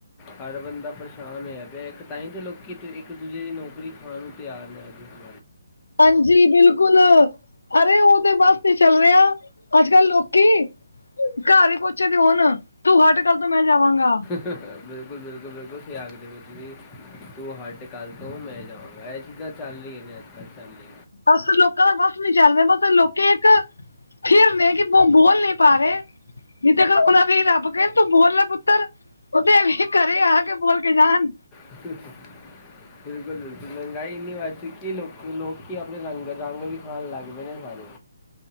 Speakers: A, on the left; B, on the left.
A: ਹਰ ਬੰਦਾ ਪਰੇਸ਼ਾਨ ਹੋਇਆ ਪਿਐ। ਇੱਕ ਤਾਈ ਤੇ ਲੋਕੀ ਇੱਕ ਦੂਜੇ ਦੀ ਨੌਕਰੀ ਖਾਣ ਨੂੰ ਤਿਆਰ ਨੇ, ਅੱਗੇ।
B: ਹਾਂਜੀ, ਬਿਲਕੁਲ। ਅਰੇ ਓ ਤੇ ਬਸ ਨਈ ਚੱਲ ਰੇ ਓ। ਅੱਜ-ਕੱਲ ਲੋਕੀ ਘਾਰ ਈ ਪੌਚੇ ਦੇ ਹੋਨ ਤੂੰ ਹਟ ਕੱਲ ਤੋਂ ਮੈਂ ਜਾਵਾਂਗਾ।
A: ਬਿਲਕੁਲ-ਬਿਲਕੁਲ-ਬਿਲਕੁਲ ਸਈ ਆਖਦੇ ਪਏ ਤੁਸੀ। ਤੂੰ ਹਟ ਕੱਲ ਤੋਂ ਮੈਂ ਜਾਵਾਂਗਾ। ਐ ਚੀਜ਼ਾਂ ਚੱਲ ਰਈਐਂ ਨੇ ਅੱਜ-ਕੱਲ, ਪੈਲੇ
B: ਬਸ ਲੋਕਾਂ ਦਾ ਵੱਸ ਨੀ ਚੱਲ ਰਿਆ ਮਤਲਬ ਲੋਕੀ ਇੱਕ ਥਿਰ ਨੇ ਕਿ ਬੋ ਬੋਲ ਨੀ ਪਾ ਰੇ ਨੀ ਤੇ ਕ ਓਨਾਂ ਵੀ ਰੱਬ ਕਏ ਤੂੰ ਬੋਲ ਲੈ ਪੁੱਤਰ। ਓ ਤੇ ਵੀ ਘਰੇ ਆ ਕੇ ਬੋਲ ਕੇ ਜਾਨ।
A: ਤਿੱਸ ਬਿਲਕੁਲ-ਬਿਲਕੁਲ ਮਹਿੰਗਾਈ ਇੰਨੀ ਵੱਧ ਚੁੱਕੀ ਏ ਲੋਕ ਲੋਕੀ ਆਪਨੇ ਰੰਗ, ਰੰਗ ਵਿਖਾਨ ਲੱਗ ਪਏ ਨੇ ਸਾਰੇ।